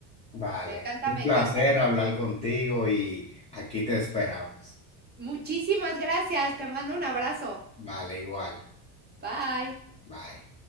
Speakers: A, on the left; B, on the right.
A: Vale,
B: me encanta,
A: un
B: me
A: placer
B: encanta.
A: hablar contigo y aquí te esperamos.
B: Muchísimas gracias, te mando un abrazo.
A: Vale, igual.
B: Bye.
A: Bye.